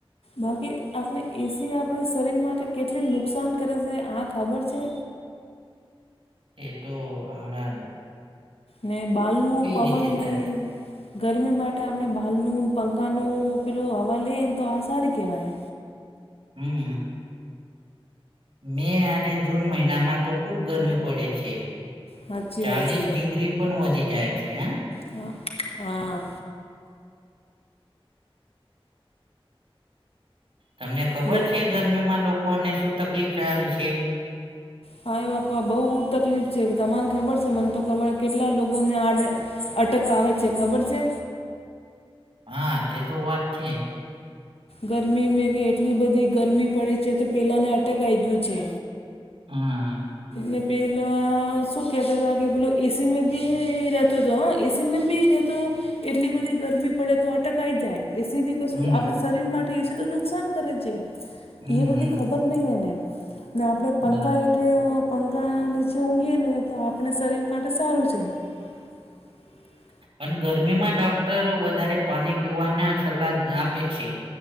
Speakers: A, on the left; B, on the right.
A: બાકી આપણે એસી આપણા શરીર માટે કેટલી નુકસાન કરે છે આ ખબર છે.
B: એ તો હણાં <unintelligible>
A: ને બાલ નું પવન
B: રીતે થાય
A: લય..
B: છે.
A: ગરમી માટે આપણે બાલનું પંખાનું પેલું હવા લઈએ ને તો આ સારી કહેવાય.
B: હમ મે અને જૂન મહિનામાં તો ખુબ ગરમી પડે છે.
A: સાચી
B: ચાલીસ
A: વાત છે
B: ડિગ્રી પણ વધી છે હ.?
A: હ હા
B: તમને ખબર
A: લો
B: છે ગરમીમાં લોકોને શું તકલીફ થાય છે.?
A: હા એ બાપા બહુ તકલીફ છે તમાને ખબર છે મને તો ખબર કેટલા લોકો ને આડ.. અટક આવે છે ખબર છે?
B: હા તે તો વાત છે
A: ગરમી મે કે એટલી બધી ગરમી પડે છે તો પેલાને અટક આવી ગયું છે
B: હમ
A: ને પહેલા સુ કેતા તા પલો એસી મે રતો હતો હ. એસીમાં બી રહે તો એટલી બધી ગરમી પડે તો અટક આઈ જાય એસી બી.. કે શું
B: હમ
A: આપણે શરીર માટે એસી નુકસાન કરે છે
B: હમ
A: એ બધી
B: હમ
A: ખબર નહીં એને ન આપણે પંખા
B: બરાબર
A: હેઠું પંખા નીચે ઊંઘીએ ને તો આપણે શરીરમાટે સારું છે. હ
B: અને ગરમીમાં ડોક્ટર વધારે પાણી પીવાના સલાહ આપે છે.